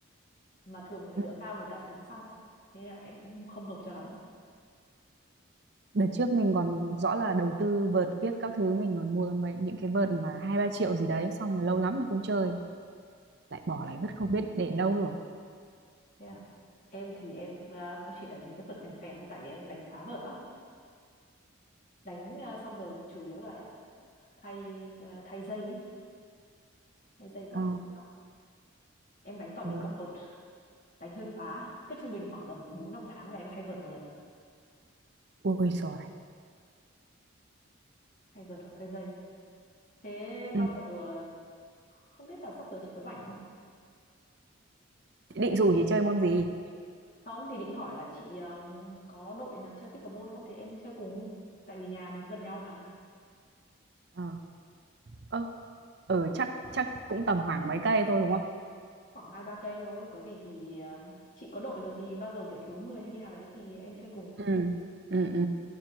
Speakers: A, on the left (about 40°); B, on the right (about 50°).
A: mà thường người
B: ừ.
A: đỡ cao người ta sẽ đứng sau thế là em cũng không hợp cho lắm
B: đợt trước mình còn rõ là đầu tư vợt viết các thứ mình còn mua mấy những cái vợt mà hai ba triệu gì đấy xong rồi lâu lắm mình không chơi lại bỏ lại rất không biết để đâu rồi
A: thế là em thì em à, cũng chỉ đánh mấy cái vợt phèn phèn thôi tại vì em đánh phá vợt lắm đánh à, xong rồi chủ yếu là thay à, thay dây ấy. thay dây
B: ờ
A: các thứ đó. em đánh toàn
B: ờ,
A: bị cong vợt đánh hơi phá cứ trung bình khoảng tầm 4 5 tháng là em thay vợt một lần
B: ui rồi này.
A: thay vợt hoặc thay dây thế
B: ừ.
A: bao giờ à, không biết là sắp tới chị có rảnh không
B: định rủ thì chơi môn gì
A: không thì định hỏi là chị um, có đội nào chơi pickleball không thì em chơi cùng tại vì nhà mình cũng gần nhau mà
B: ờ ờ ờ, chắc chắc cũng tầm khoảng mấy cây thôi đúng không
A: khoảng hai ba cây thôi có gì thì ờ, chị có đội rồi thì bao giờ kiểu thiếu người hay như nào đấy thì em chơi cùng
B: ừ ừ ừ